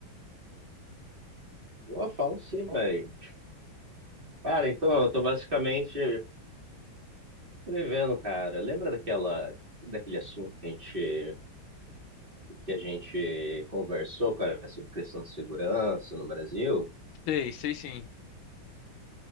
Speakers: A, on the right; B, on the left.
A: Eu falo sim, velho. Cara, então, eu tô basicamente escrevendo, cara. Lembra daquela, daquele assunto que a gente, que a gente conversou, cara, sobre questão de segurança no Brasil?
B: Sei, sei sim.